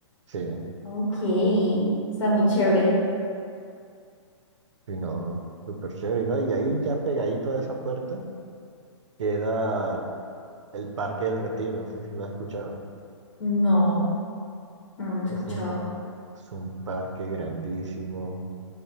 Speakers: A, on the right; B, on the left.
A: Sí,
B: Ok, está muy chévere.
A: sí, no, súper chévere, ¿no? Y ahí ya pegadito a esa puerta queda el Parque del Retiro, no sé si lo has escuchado.
B: No, no lo he escuchado.
A: Es un, es un parque grandísimo.